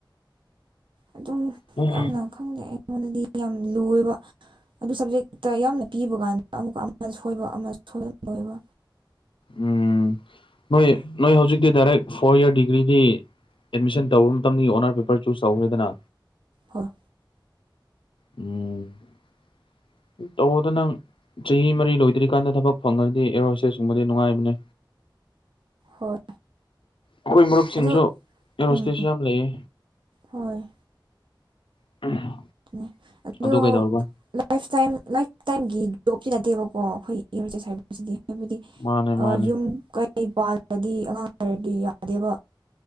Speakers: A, on the right; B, on the left.
A: ꯑꯗꯨꯝ
B: ꯎꯝ
A: ꯌꯥꯝꯅ ꯈꯪꯗꯦ ꯑꯩꯉꯣꯟꯗꯗꯤ ꯌꯥꯝ ꯂꯨꯋꯦꯕ ꯑꯗꯨ ꯁꯕꯖꯦꯛꯇ ꯌꯥꯝꯅ ꯄꯤꯕ ꯀꯥꯟꯗ ꯑꯃꯨꯛ ꯑꯃ ꯁꯣꯏꯕ ꯑꯃ ꯁꯣꯏꯕ ꯂꯣꯏꯕ
B: ꯎꯝ ꯅꯣꯏ ꯅꯣꯏ ꯍꯧꯖꯤꯛꯇꯤ ꯗꯥꯏꯔꯦꯛ ꯐꯣꯔ ꯏꯌꯥꯔ ꯗꯤꯒ꯭ꯔꯤꯗꯤ ꯑꯦꯠꯃꯤꯁꯟ ꯇꯧꯕ ꯃꯇꯝ ꯑꯣꯅꯔ ꯄꯦꯄꯔ ꯆꯨꯁ ꯇꯧꯈ꯭ꯔꯦꯗꯅ
A: ꯍꯣꯏ
B: ꯎꯝ ꯇꯧꯕꯗꯣ ꯅꯪ ꯆꯍꯤ ꯃꯔꯤ ꯂꯣꯏꯗ꯭ꯔꯤꯀꯥꯟꯗ ꯊꯕꯛ ꯐꯪꯉꯗꯤ ꯑꯦꯌꯔ ꯍꯣꯁꯇꯦꯁ ꯀꯨꯝꯕꯗꯤ ꯅꯨꯡꯉꯥꯏꯕꯅꯦ
A: ꯍꯣꯏ
B: ꯑꯩꯈꯣꯏ ꯃꯔꯨꯞꯁꯤꯡꯁꯨ
A: ꯑꯗꯣ
B: ꯑꯦꯌꯔ
A: ꯎꯝ
B: ꯍꯣꯁꯇꯦꯁ ꯌꯥꯝ ꯂꯩꯌꯦ
A: ꯍꯣꯏ
B: <unintelligible>
A: <inaudible> ꯑꯗꯣ
B: ꯑꯗꯨ ꯀꯩꯗꯧꯔꯕ
A: <inaudible> ꯂꯥꯏꯐꯇꯥꯏꯝ ꯂꯥꯏꯐꯇꯥꯏꯝꯒꯤ ꯖꯣꯞꯇꯤ ꯅꯠꯇꯦꯕꯀꯣ <inaudible> ꯁꯤꯗꯤ ꯍꯥꯏꯕꯗꯤ
B: ꯃꯥꯅꯦ
A: ꯑꯥ
B: ꯃꯥꯅꯦ
A: ꯌꯨꯝ ꯀꯩ ꯄꯥꯜꯂꯗꯤ ꯑꯉꯥꯡ ꯂꯩꯔꯗꯤ ꯌꯥꯗꯦꯕ